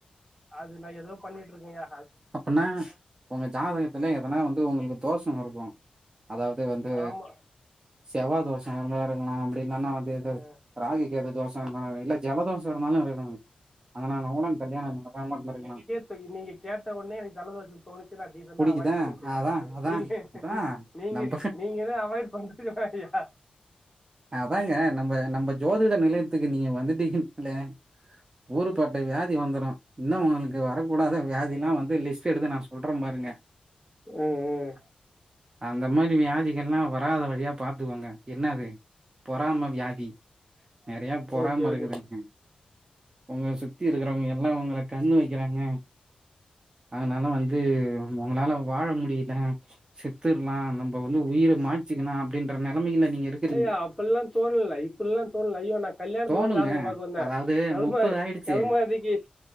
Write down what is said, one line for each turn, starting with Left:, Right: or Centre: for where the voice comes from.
Centre: அது நா எதோ பண்ணீட்ருக்க யா
Right: அப்பன்னா உங்க ஜாதகத்துல எதனா வந்து உங்களுக்கு தோஷோ இருக்கு அதாவ் து வந்து
Centre: ஆமா
Right: செவ்வா தோஷோ இருந்தா இருக்கலா அப்படி இல்லன்னா வந்து இது
Centre: ஆ
Right: ராகு கேது தோஷ இருக்கலா இல்ல ஜலதோசோ இருந்தாலு இருக்கலாங்க அதனால கூட கல்யாணோ நடக்காம இருந்துருக்கலா
Centre: இப்ப நீங்க கேட்ட உன்னே ஜலதோஷோ தோணிச்சுன்னா டீசன்ட்டா
Right: புடிக்குதா
Centre: அவாய்ட் பண்ணிப்பியாட்
Right: அதா அதா
Centre: நீங்க
Right: அதா
Centre: நீங்க
Right: நம்ப
Centre: நீங்கதா அவாய்ட் பண்றதுக்கு தா யா
Right: அதாங்க நம்ப நம்ப ஜோதிட நிலையத்துக்கு நீங்க வந்துட்டீங்க ல்லே ஊரு பட் ட்ட வியாதி வந்துரு இன்னு உங்களுக்கு வரக்கூடாத வியாதிலா வந்து லிஸ்ட் எடுத்து நா சொல்ற பாருங்க
Centre: ம் ம்
Right: அந்த மாரி வியாதிகல்லா வராத வழியா பாத்துக்கோங்க என்ன அது பொறாம வியாதி நெறைய பொறாம
Centre: ஓகே ஓகே
Right: இருக்குதுக உங்கள சுத் தி இருக்கறவங்க எல்லா உங்கள கண்ணு வெக்கறாங்க அதனால வந்து உங்களால வாழ முடில செத்துர்லா நம்ப வந்து உயிர மாச்சிக்கலா அப்டின் ற நெலமையில நீங்க இருக்கிறீங்க
Centre: ஐயா அப்பல்லா தோணல இப்பல்லா தோணல ஐயோ நா கல்யாணத்துக்குதா
Right: தோணுங்க
Centre: ஜாதக பாக்க வந்த
Right: அதாவது
Centre: கருமா
Right: முப்பது ஆயிடுச்சு
Centre: கருமாதிக்கு